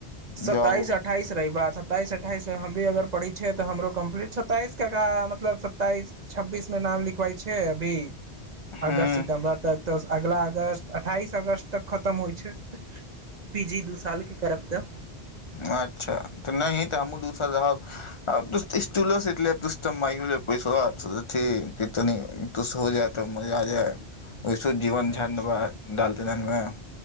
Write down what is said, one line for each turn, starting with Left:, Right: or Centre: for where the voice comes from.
Right: सताइस
Left: जॉब
Right: अठाइस रही बात सताइस अठा अठ्ठाइस हम भी अगर पढ़ै छियै तऽ हमरो कम्प्लीट सत्ताइस का मतलब सत्ताइस छब्बीसमे नाम लिखबै छै अभी
Left: हूँ
Right: अगस्त सितम्बर तऽ तऽ अगिला अगस्त अठाइस अगस्त तक खतम होइ छै पी जी दू सालके करब तब
Left: अच्छा तऽ नहि तऽ हमहूँ दूसर रहब स्टूलो ले तऽ मो ले पैसो तनी तुस हो जाय तऽ मजा आ जाय ओहिस जीवन झनड
Right: अच्छा
Left: बा डाल दना नुै